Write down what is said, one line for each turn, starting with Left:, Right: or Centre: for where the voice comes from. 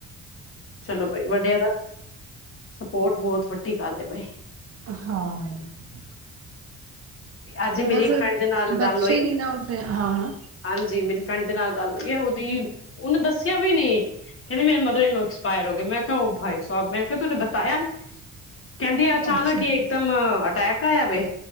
Left: ਚਲੋ ਭਾਈ ਵੱਡਿਆਂ ਦਾ ਸਪੋਰਟ ਬਹੁਤ ਵੱ ਟੀ ਕਰ ਪਏ
Right: ਹਾਂ
Left: ਅੱਜ ਮੇਰੀ
Right: ਬਸ
Left: ਫਰੈਂਡ ਦੇ ਨਾਲ
Right: ਬੱਚੇ
Left: ਗੱਲ ਹੋਈ
Right: ਨੀ ਨਾ ਉੱਠਦੇ ਹਾਂ ਹਾਂ
Left: ਹਾਂਜੀ ਮੇਰੀ ਫਰੈਂਡ ਦੇ ਨਾਲ ਗੱਲ ਵ ਉਹਦੀ ਉਹਨੂੰ ਦੱਸਿਆ ਵੀ ਨੀ ਕਹਿੰਦੇ ਮੇਰੇ ਮਦਰ ਪਾਇਰ ਹੋ ਗਏ ਮੈਂ ਕਿਹਾ ਉਹ ਭਾਈ ਸਾਹਿਬ ਮੈਂ ਕਿਹਾ ਤੂੰਨੇ ਬਤਾਇਆ ਨੀ ਕਹਿੰਦੀ ਹੈ ਅਚਾਨਕ
Right: ਅੱਛਾ
Left: ਹੀ ਇੱਕਦਮ ਪੈਕ ਆ ਜਾਵੇ